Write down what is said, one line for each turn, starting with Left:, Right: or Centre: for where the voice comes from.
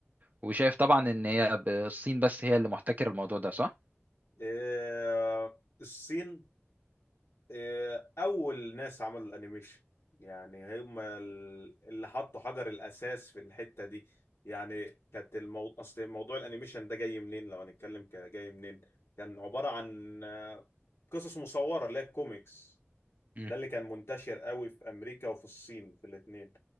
Right: وشايف طبعا إن هي ب- الصين بس هي اللي محتكرة الموضوع ده صح؟
Left: إيه الصين إيه اول ناس عملوا الانيميشن يعني هم ال- اللي حطوا حجر الاساس في الحته دي يعني كانت المو... اصل موضوع الانيميشن ده جاي منين لو هنتكلم كجاي منين كان عباره عن آه، قصص مصوره اللي هي الكوميكس
Right: مم.
Left: ده اللي كان منتشر قوي في امريكا وفي الصين في الاتنين